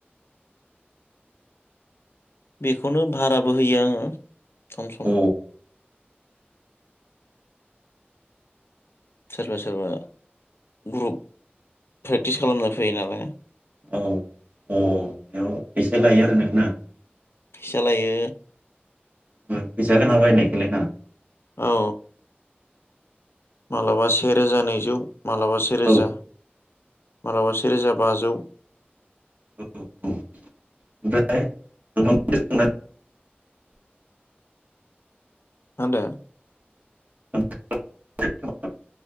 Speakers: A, on the left (about 80°); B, on the right (about 45°).
A: बेखौनो भाराबो होयो आंङो। सम सम।
B: औ
A: सोरबा सोरबा ग्रुप प्रेक्टिस खालामनो फैयो नालाय।
B: औ औ बेयाव एसे लायो आरो नों ना?
A: फैसा लायो
B: उम फैसा होना बायनायखौलाय ना?
A: औ मालाबा सेरोजा नैजौ माबलाबा सेेरोजा
B: औ
A: मालाबा सेरोजा बाजौ
B: ओमफ्राय <unintelligible>
A: मा होनदों?
B: <unintelligible>